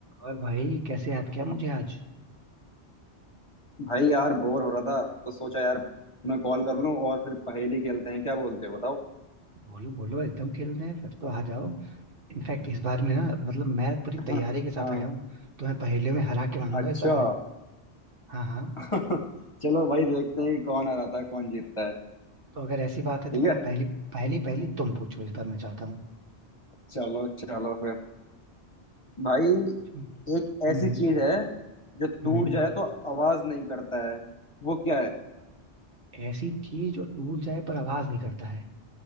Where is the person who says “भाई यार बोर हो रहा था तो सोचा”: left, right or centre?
Left